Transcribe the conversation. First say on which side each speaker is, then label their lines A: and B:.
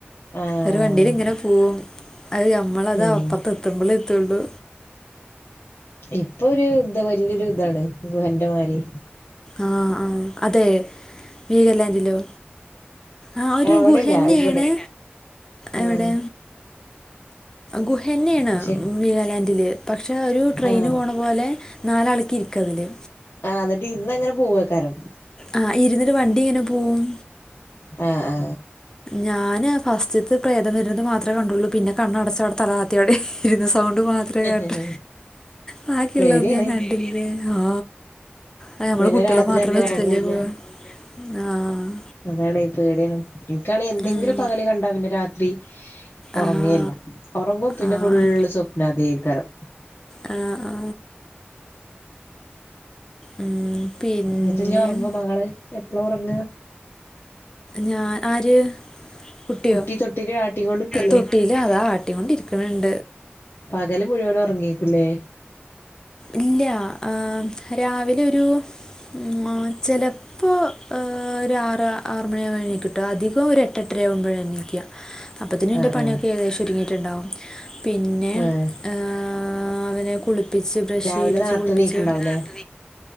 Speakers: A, on the left; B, on the left.
A: ആഹ്
B: ഒരു വണ്ടിൽ ഇങ്ങനെ പോകും അത് നമ്മളത്
A: ആഹ് ഉം
B: അപ്പറത്ത് എത്തുമ്പളേ എത്തുള്ളു
A: ഇപ്പൊ ഒരു ഇത് വലിയൊരു ഇതാണ് ഗുഹൻ്റെ മാതിരി
B: ആ ആ അതെ വീകാലാന്റിലോ ആഹ് ഒരു
A: അവിടെല്ല
B: ഗുഹന്നെയാണ്
A: ഇവിടെ
B: എവിടെ
A: ആഹ്
B: ഗുഹന്നെയാണ്
A: പക്ഷെ
B: വിഗാലാന്റില് പക്ഷെ ഒരു ട്രെയിൻ
A: ആഹ്
B: പോണ പോലെ നാലാൾക്ക് ഇരിക്കതില്
A: ആഹ് എന്നിട്ട് ഇരുന്ന് അങ്ങനെ പോവേക്കാരം
B: ആ ഇരുന്നിട്ട് വണ്ടി ഇങ്ങനെ പോവും
A: ആ ആ
B: ഞാന് ഫസ്റ്റത്ത് പ്രേതം വരുന്നത് മാത്രേ കണ്ടുള്ളു പിന്നെ കണ്ണടച്ച് അവിടെ തല താഴ്ത്തിയവിടെ ഇരുന്ന് സൗണ്ട് മാത്രേ കേട്ടെ
A: ആഹ്
B: ബാക്കിയുള്ളൊന്നും
A: പേടിയാണ്
B: ഞാൻ കണ്ടില്ല ഹാ ആ ഞമ്മള്
A: പിന്നെ
B: കുട്ടിയാളെ
A: രാത്രി
B: മാത്രം
A: അന്ന്
B: വെച്ചിട്ട്
A: ഉറങ്ങൂല്ല
B: എങ്ങനെ പോവാ ആഹ്
A: അതാണ് പേടിയാണ് ഇനിക്കാണെങ്കി എന്തെങ്കിലും
B: ഉം
A: പകല് കണ്ട പിന്നെ രാത്രി ത്രി ഉറങ്ങിയി
B: ആഹ്
A: ല്ല ഉറങ്ങും പിന്നെ
B: ആഹ്
A: ഫുള് സ്വപനം അതയിക്കാരം
B: ആ ആ ഉം പിന്നെ
A: ന്നട്ട് ഇഞ് ഉറങ്ങോ മകള് എപ്പള ഉറങ്ങ
B: ഞാനാ ആര് കുട്ടിയോ
A: കുട്ടി തൊട്ടില് ആട്ടിങ്ങോണ്ട്ക്കല്ലേ
B: തൊട്ടില് അതാ ആട്ടി കൊണ്ട് ഇരിക്ക്ണണ്ട്
A: പകല് മുഴുവനും ഉറങ്ങിക്കുംലെ
B: ഇല്ല ഏഹ് രാവിലെ ഒരു മാ ചിലപ്പോ ഒരാറാ ആറ് മണിയാകുമ്പോണീകൂട്ടോ അധികം ഒരുഎട്ട് എട്ടരയാവുമ്പോഴാണീക്ക അപ്പത്തിന്നന് എന്റെ
A: ആഹ്
B: പണിയൊക്കെ
A: ആഹ്
B: ഏകദേശം ഒതുങ്ങിയിട്ടുണ്ടാവും പിന്നെ
A: ആഹ്
B: ഏഹ് അവനെ കുളിപ്പിച്ച് ബ്രഷ്
A: രാവിലെ
B: ചെയ്യിപ്പിച്ച്
A: നേരത്തെ
B: കുളിപ്പിച്ച്
A: നീക്ക്ണ്ടാവുംല്ലേ
B: നിർത്തി